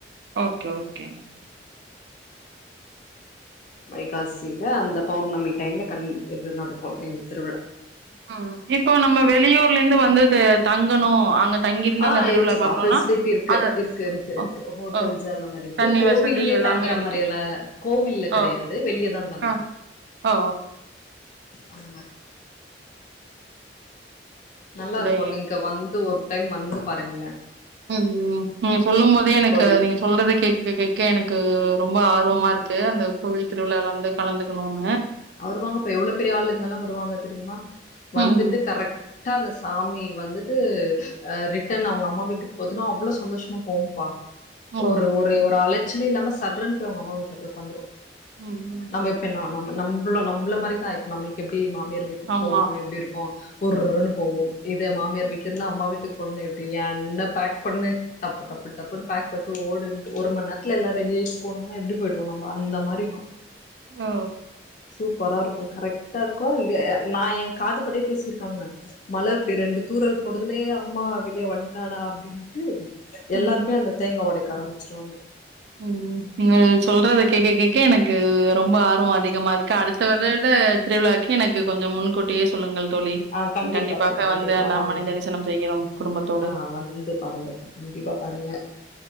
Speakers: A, on the right; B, on the left.
A: ஓகே ஓகேங்க
B: வைகாசில அந்த பௌர்ணமி டைம்ல கண் இது நடக்கு இது திருவிழா
A: ம் இப்போ நம்ம வெளியூர்ல இருந்து வந்துது தங்கணு அங்க தங்கிருந்து
B: ஆ
A: அந்த திருவிழா
B: இருக்குப்பா
A: பாக்கணுனா
B: ஃபெஸ்லிட்டி இருக்கு
A: அது
B: இருக்கு இருக்கு
A: ஓ
B: இருக்கு ஹோட்டல்ஸ்
A: ஓ
B: அந்த மாரி இரு க்கு
A: தண்ணி
B: கோவில்லே
A: வசதி எல்லாமே
B: தங்குற
A: இருக்கு.
B: மாரி எல்லா கோவில்ல கிடையாது
A: ஓ
B: வெளியேதா தங்கணு
A: ஆ ஓ
B: அந்த மாரி நல்லா
A: இந்த
B: இருக்கு நீங்க வந்து ஒரு டைம் வந்து பாருங்க
A: ம் நீங்க சொல்லும் போதே எனக்கு
B: கோயிலு
A: சொல்றத கேட்க கேட்க எனக்கு ரொம்ப ஆர்வமா இருக்கு அந்த கோவில் திருவிழால வந்து கலந்துக்னுன்னு
B: வருவாங்க இப்ப எவ்ளோ பெரிய ஆளுங்கல்லா வருவாங்க தெரியுமா
A: ம்.
B: வந்துட்டு கரெக்ட் ட்டா அந்த சாமி வந்துட்டு ஆ ரிட்டன் அவுங்க அம்மா வீட்டுக்கு போதுனா அவ்ளோ சந்தோஷமா போவும் பா
A: ஓ!
B: ஒரு ஒரு ஒரலைச்சலே இல்லாம சடற்ன்னு போய் அவங்க அம்மா வீட்ல போய் உக்காந்துரு
A: ம், ம்.
B: நம்ப இப்ப நம் நம்மள நம்ள மாரிதா இப்ப நம்மளுக்கு எப்டி மாமியார் வீட்டுக்கு
A: ஆமா.
B: போனும்னா எப்டி இருக்கு உர்ருனு போவோ இதே மாமியார் வீட்ல இருந்து அம்மா வீட்டுக்கு போனுனா எப்டிங்க என்ன பேக் பண்ணு டப்பு டப்பு டப்புன் பேக் பன்ட்டு ஓடுன்டு ஒரு மண் நேரத்துல எல்லா ரெடியாயி போனும்னா எப்டி போயிடுவோ நம்ப அந்த மாரி இருக்கு
A: ஆ
B: சூப்பரா இருக்கு கரெக்ட்டா இருக்கு இங்க நா ஏ காது படே பேசிருக்காங்க மழ ரெண்டு தூரல் போடுதலே அம்மா வெளியே வண்டாடா அப்டின் ட்டு
A: ம்.
B: எல்லாருமே அந்த தேங்கா ஒடைக்க ஆரம்ச்சிருவாங்க
A: ம் நீங்க சொல்றத கேக்க கேக்க எனக்கு ரொம்ப ஆர்வோ அதிக அதிகமா இருக்கு அடுத்த வருட திருவிழாக்கு எனக்கு கொஞ்சம் முன்கூட்டியே சொல்லுங்கள் தோழி
B: ஆ கண்டிப்பாப்பா
A: கண்டிப்பாக
B: கண்டிப்பா
A: வந்து அந்த
B: வாங்க
A: அம்மனை தரிசனம் செய்கிறோம் குடும்பத்தோடு
B: ஆ வந்து மாரியாத்தா கண்டிப்பா பாருங்க